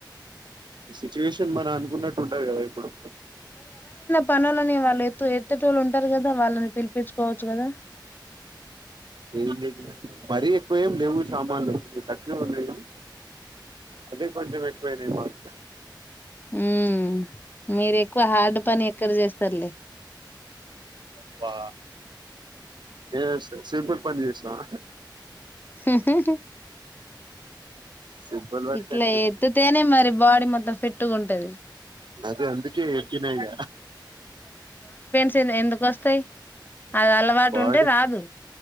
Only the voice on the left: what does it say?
పనోళ్ళని వాళ్ళు ఎత్తు ఎత్తేటోళ్లు ఉంటారు కదా వాళ్ళని పిలిపించుకోవచ్చు కదా
హ్ మీరు ఎక్కువ హార్డ్ పని ఎక్కడ చేస్తారులే
ఉ హూ
ఇట్లా
ఎత్తుతేనే
మరి బాడీ మొత్తం ఫిట్గా ఉంటది
చే ఎందుకు వస్తాయి అది అలవాటు
ఉంటే రాదు